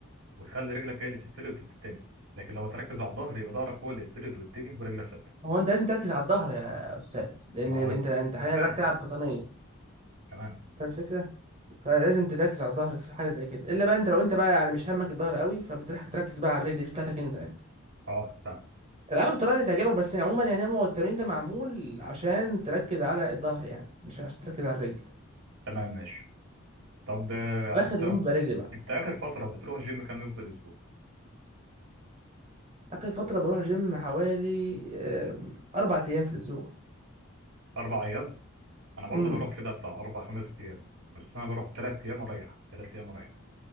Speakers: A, on the right; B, on the right.
A: وتخلي رجلك هي اللي بتتفرد وتتني لكن لو هتركز على الظهر يبقى ظهرك هو اللي يتفرد ويتني ورجلك ثابتة
B: ما هو انت لازم تركز على الظهر يا استاذ لان
A: ما هو
B: انت انت
A: أنا
B: حاليا
A: فاهم
B: رايح تلعب قطنية
A: تمام
B: فاهم الفكرة فلازم تركز على الظهر في حاجة زي كده الا بقى انت لو انت بقى يعني مش همك الظهر قوي فبتروح تركز بقى على الرجل دي بتاعتك انت يعني
A: أه فاهم
B: العبها بالطريقة اللي تعجبك بس يعني عموما يعني هو التمرين ده معمول عشان تركز على الظهر يعني مش عشان تركز على الرجل
A: تمام ماشي طب آه،
B: واخر
A: أنت
B: يوم بيبقى رجلي بقى
A: أنت آخر فترة بتروح جيم كام يوم في الأسبوع؟
B: اخر فتره بروح جيم حوالي آم، اربع ايام في الاسبوع
A: أربع أيام؟ انا برضو
B: امم
A: بروح كده بتاع اربع خمس ايام بس انا بروح تلات ايام واريح تلات ايام واريح